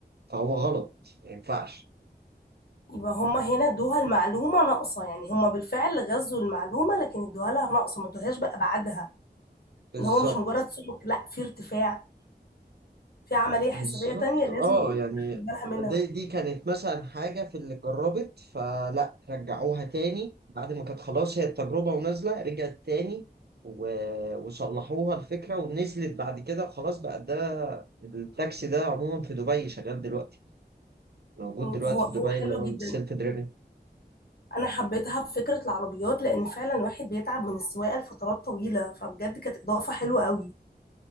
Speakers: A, on the right (about 70°); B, on the left (about 65°).
A: فهو غلط ما ينفعش
B: يبقى هما هنا ادوها المعلومة ناقصة يعني هما بالفعل غزوا المعلومة لكن ادوها لها ناقصة ما ادوهاش بأبعادها
A: بالظبط
B: ان هو مش مجرد سلوك لا في ارتفاع في عملية حسابية
A: بالظبط
B: تانية لازم
A: اه يعني
B: تاخد بالها منها
A: دي, دي كانت مثلا حاجة في اللي جربت فلا رجعوها تاني بعد ما كانت خلاص هي التجربة ونازلة رجعت تاني و- وصلحوها الفكرة ونزلت بعد كده خلاص بقى ده التاكسي ده عموما في دبي شغال دلوقتي موجود
B: مم،
A: دلوقتي
B: هو هو
A: في دبي
B: حلوة
A: اللي هو
B: جدا
A: السيلف دريفن
B: انا حبيتها بفكره العربيات لان فعلا الواحد بيتعب من السواقه لفترات طويله فبجد كانت اضافه حلوه قوي